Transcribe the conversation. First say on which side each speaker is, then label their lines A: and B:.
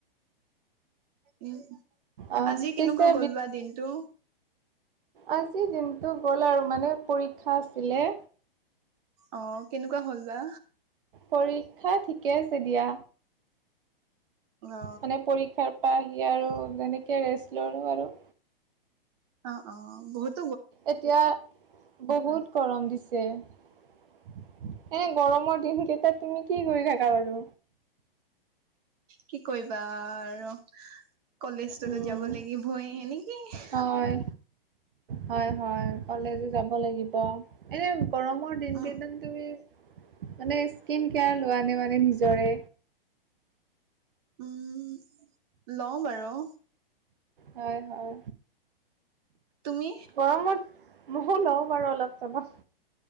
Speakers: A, on the right; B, on the right.
A: উম
B: অ
A: আজি
B: পিছে
A: কেনেকুৱা গ'ল বা দিনটো
B: আজিৰ দিনটো গ'ল আৰু মানে, পৰীক্ষা আছিলে।
A: অ কেনেকুৱা হ'ল বা
B: পৰীক্ষা ঠিকে যে দিয়া
A: অ
B: মানে পৰীক্ষাৰ পৰা আহি আৰু যেনেকে ৰেষ্ট ললো আৰু
A: অ অ বহুত
B: এতিয়া, বহুত গৰম দিছে। এনে গৰমৰ দিন কেইটাত তুমি কি কৰি থাকা বাৰু?
A: কি কৰিবা আৰু কলেজটোতো
B: উম
A: যাব লাগিবই এনেকেই।
B: হয় হয় হয় কলেজ যাব লাগিব এনে গৰমৰ দিনকেইদিন
A: উম
B: তুমি মানে স্কিন কেয়াৰ লোৱা নে মানে নিজৰে
A: উম লও বাৰু
B: হয় হয়
A: তুমি
B: গৰমত মই লওঁ বাৰু অলপ চলপ